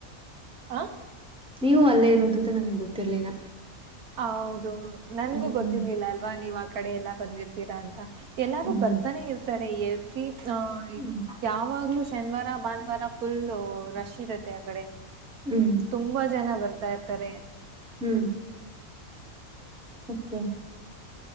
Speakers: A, on the right; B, in the centre.
A: ಆ
B: ನೀವು ಅಲ್ಲೇ ಇರೋದು ಅಂತ ನನಗ್ ಗೊತ್ತಿರ್ಲಿಲ್ಲ
A: ಹ ಹೌದು ನನಗೂ
B: ಹ್ಮ್
A: ಗೊತ್ತಿರ್ಲಿಲ್ಲ ಅಲ್ವಾ ನೀವ್ ಆ ಕಡೆ ಎಲ್ಲಾ ಬಂದಿರ್ತೀರಾ ಅಂತ. ಎಲ್ಲಾರು
B: ಹ್ಮ್
A: ಬರ್ತಾನೆ ಇರ್ತಾರೆ ಎವ್ರಿ ವಿ ಆ
B: ಹ್ಮ್
A: ಯಾವಾಗ್ಲೂ ಶನಿವಾರ ಭಾನವಾರ ಪುಲ್ ರಶ್ ಇರುತ್ತೆ ಆ ಕಡೆ
B: ಹ್ಮ್
A: ತುಂಬಾ ಜನ ಬರ್ತಾ ಇರತ್ತಾರೆ
B: ಹ್ಮ್ ಓಕೆ